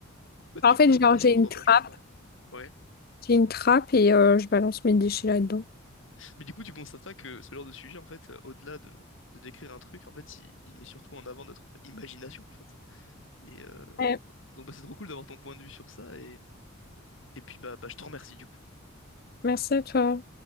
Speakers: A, on the left; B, on the left.
A: En fait,
B: En
A: tu
B: fait,
A: peux vivre
B: genre, j'ai une
A: dans
B: trappe.
A: ta chambre. Ouais.
B: J'ai une trappe et euh, je balance mes déchets là-dedans.
A: Mais du coup, tu constateras que ce genre de sujet, en fait, euh, au-delà de, de décrire un truc, en fait, il, il met surtout en avant notre imagination, en fait. Et, euh,
B: Ouais,
A: Donc bah, c'est trop cool d'avoir ton point de vue sur ça et, et puis bah, bah je te remercie du coup.
B: merci à toi.